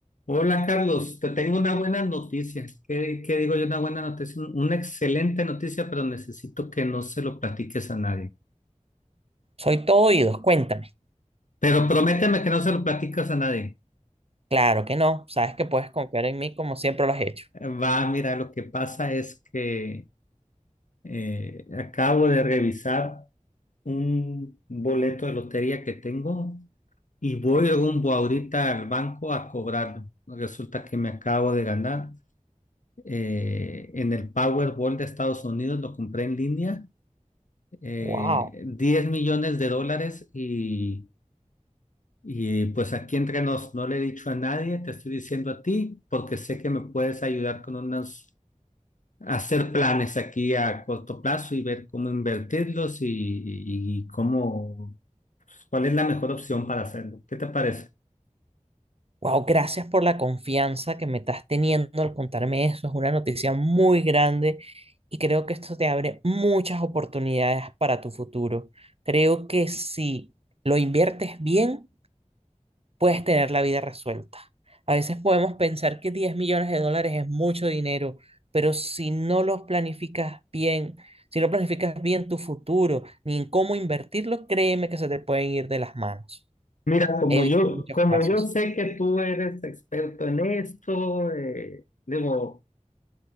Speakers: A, on the left; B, on the right.
A: Hola Carlos, te tengo una buena noticia. ¿Qué, qué digo yo? Una buena noticia, un- una excelente noticia, pero necesito que no se lo platiques a nadie.
B: Soy todo oídos, cuéntame.
A: Pero prométeme que no se lo platicas a nadie.
B: Claro que no, sabes que puedes confiar en mí como siempre lo has hecho.
A: Eh, Va, mira, lo que pasa es que eh, acabo de revisar un boleto de lotería que tengo y voy rumbo ahorita al banco a cobrarlo. Resulta que me acabo de ganar eh, en el Powerball de Estados Unidos, lo compré en línea eh,
B: Wow,
A: 10 millones de dólares y, y, pues aquí entre nos, no le he dicho a nadie, te estoy diciendo a ti porque sé que me puedes ayudar con unos, hacer planes aquí a corto plazo y ver cómo invertirlos y, y cómo, pues, cuál es la mejor opción para hacerlo. ¿Qué te parece?
B: wow, gracias por la confianza que me estás teniendo al contarme eso. Es una noticia muy grande y creo que esto te abre muchas oportunidades para tu futuro. Creo que si lo inviertes bien, puedes tener la vida resuelta. A veces podemos pensar que 10 millones de dólares es mucho dinero, pero si no los planificas bien, si no planificas bien tu futuro, ni en cómo invertirlo, créeme que se te pueden ir de las manos.
A: Mira, como
B: He visto
A: yo,
B: muchos
A: como
B: casos.
A: yo sé que tú eres experto en esto, eh, digo,